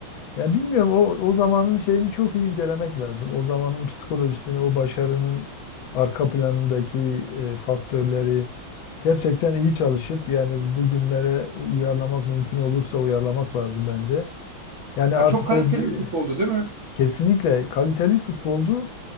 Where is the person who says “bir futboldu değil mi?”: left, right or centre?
Right